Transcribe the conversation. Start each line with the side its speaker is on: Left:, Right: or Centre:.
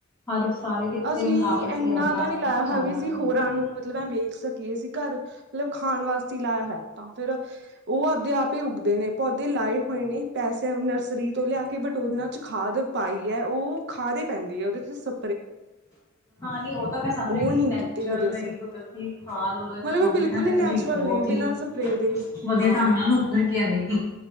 Left: ਹਰ ਇੱਕ। ਸਾਰੇ ਕਿਤੇ
Right: ਅਸੀਂ
Left: ਮਿਲਾਵਟ
Right: ਏਨਾ
Left: ਹੀ ਹੈ ਮਿਲਾਵਟ
Right: ਤਾਂ ਨੀ ਲਾਇਆ
Left: ਬਿਨਾਂ ਚੱਲਦਾ
Right: ਹੋਯਾ ਵੀ ਅਸੀਂ
Left: ਨਹੀਂ
Right: ਹੋਰਾਂ ਨੂੰ ਮਤਲਬ ਵੇਚ ਸਕੀਏ ਅਸੀ ਘਾਰ। ਮਤਲਬ ਖਾਣ ਵਾਸਤੇ ਲਾਇਆ ਹੋਇਆ। ਤਾਂ ਫਿਰ ਉਹ ਆਪਦੇ ਆਪ ਹੀ ਉੱਗਦੇ ਨੇ, ਪੌਦੇ ਲਾਏ ਹੋਏ ਨੇ। ਪੈਸੇ ਨਰਸਰੀ ਤੋਂ ਲਿਆ ਕੇ ਬਟ ਓਹਨਾ ਚ ਖਾਦ ਪਾਈ ਏ। ਉਹ ਖਾਦ ਈ ਪੈਂਦੀ ਏ, ਉਹਦੇ 'ਤੇ ਸਬ
Left: ਹਾਂ, ਨਈ ਉਹ ਤਾਂ ਮੈਂ ਸਮਝ
Right: ਉਹ
Left: ਗਈ।
Right: ਨਹੀਂ
Left: ਨੈਚੁਰਲ
Right: ਕੀਤੀ ਕਦੇ ਅਸੀਂ
Left: ਜੇੜੀ ਕੁਦਰਤੀ ਖਾਦ ਉਦੇ
Right: ਮਤਲਬ
Left: ਚ ਪਾਉਣੀ।
Right: ਉਹ ਬਿਲਕੁਲ
Left: ਫਿਰ
Right: ਹੀ
Left: ਤਾਂ
Right: ਨੈਚੁਰਲ
Left: ਜੀ ਬਹੁਤ
Right: ਨੇ
Left: ਹੀ
Right: ਬਿਨਾਂ ਸਪਰੇਅ ਦੇ
Left: ਵਧੀਆ।
Right: ਹਾਂ
Left: ਢੰਗ ਨਾਲ ਨੂੰ ਉੱਭਰ ਕੇ ਆਏਗੀ।